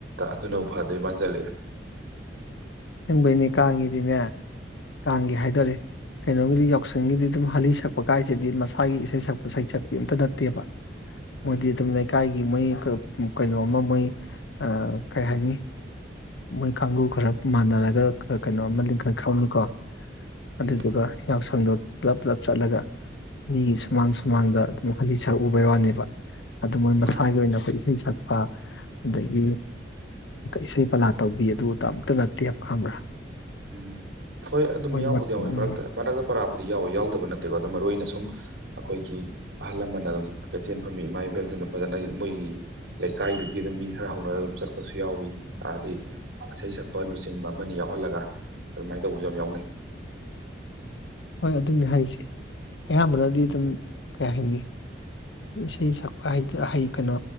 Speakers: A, on the right; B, on the left.
A: ꯑꯗꯨꯅ ꯐꯗꯣꯏ ꯃꯥꯟꯁꯤꯜꯂꯛꯑꯦ
B: ꯆꯦꯡꯕꯩꯅꯦ ꯀꯥꯡꯒꯤꯗꯤꯅꯦ ꯀꯥꯡꯒꯤ ꯍꯥꯏꯗꯣꯔ ꯀꯩꯅꯣꯒꯤꯗꯤ ꯌꯥꯎꯁꯪꯒꯤꯗꯤ ꯑꯗꯨꯝ ꯍꯥꯂꯤ ꯁꯛꯄ ꯀꯥꯏꯁꯤꯗꯤ ꯃꯁꯥꯒꯤ ꯏꯁꯩ ꯁꯛꯄ ꯁꯩꯁꯛ ꯄꯤ ꯑꯝꯇꯥ ꯅꯠꯇꯦꯕ ꯃꯣꯏꯗꯤ
A: ꯎꯝ
B: ꯑꯗꯨꯝ ꯂꯩꯀꯥꯏꯒꯤ ꯒꯤ ꯃꯣꯏ ꯀꯩꯅꯣ ꯑꯃꯥ ꯃꯣꯏ ꯑꯥ ꯀꯩ ꯍꯥꯏꯅꯤ ꯃꯣꯏ ꯀꯥꯡꯕꯨ ꯈꯔ ꯃꯥꯟꯅꯔꯒ ꯀꯩꯅꯣ ꯑꯃ ꯂꯤꯡꯈꯠꯈ꯭ꯔꯕꯅꯤꯀꯣ ꯑꯗꯨꯏꯗꯨꯒ
A: ꯎꯝ
B: ꯌꯥꯎꯁꯪꯗꯣ ꯄꯨꯂꯞ ꯄꯨꯂꯞ ꯆꯠꯂꯒ ꯃꯤꯒꯤ ꯁꯨꯃꯥꯡ ꯁꯨꯃꯥꯡꯗ ꯑꯗꯨꯝ ꯍꯂꯤ ꯁꯛꯎꯕꯩ ꯋꯥꯅꯦꯕ ꯑꯗꯨ ꯃꯣꯏ
A: ꯃꯥ
B: ꯃꯁꯥꯒꯤ ꯑꯣꯏꯅ ꯑꯩꯈꯣꯏ ꯏꯁꯩ ꯁꯛꯄ ꯑꯗꯒꯤ ꯏꯁꯩ ꯄꯂꯥꯠ ꯇꯧꯕꯤ ꯑꯗꯨꯕꯨ ꯑꯝꯇ ꯅꯠꯇꯦ ꯍꯥꯏꯕ ꯈꯪꯕ꯭ꯔꯥ
A: ꯎꯝ ꯍꯣꯏ ꯑꯗꯨꯝ
B: ꯃꯣꯏ
A: ꯌꯥꯎꯕꯨꯗꯤ
B: ꯃꯠ
A: ꯌꯥꯎꯋꯤ
B: ꯎꯝ
A: ꯃꯔꯛꯇ ꯃꯔꯛꯇ ꯄꯔꯥꯕꯨꯗꯤ ꯌꯥꯎꯋꯤ ꯌꯥꯎꯗꯕ ꯅꯠꯇꯦꯀꯣ ꯑꯝ ꯃꯔꯨ ꯑꯣꯏꯅ ꯁꯨꯝ ꯑꯩꯈꯣꯏꯒꯤ ꯑꯍꯜ ꯂꯃꯟꯅ ꯑꯗꯨꯝ ꯀꯩꯊꯦꯜ ꯐꯝꯃꯤ ꯏꯃꯥ ꯏꯕꯦꯜꯁꯤꯡꯅ ꯐꯖꯅ ꯃꯣꯏꯒꯤ ꯂꯩꯀꯥꯏꯗꯨꯒꯤ ꯑꯗꯨꯝ ꯃꯤ ꯈꯔ ꯍꯧꯅꯔ ꯑꯗꯨꯝ ꯆꯠꯄꯁꯨ ꯌꯥꯎꯏꯤ ꯍꯥꯏꯗꯤ ꯏꯁꯩ ꯁꯛꯄ ꯂꯨꯆꯤꯡꯕ ꯑꯃꯅꯤ ꯌꯥꯎꯍꯜꯂꯒ ꯑꯗꯨꯃꯥꯏꯅ ꯇꯧꯕꯁꯨ ꯌꯥꯝ ꯌꯥꯎꯅꯩ
B: ꯍꯣꯏ ꯑꯗꯨꯅꯤ ꯍꯥꯏꯁ ꯑꯌꯥꯝꯕꯅꯗꯤ ꯑꯗꯨꯝ ꯀꯩ ꯍꯥꯏꯅꯤ ꯏꯁꯩ ꯁꯛꯄ ꯍꯥꯏ ꯍꯩ ꯀꯩꯅꯣ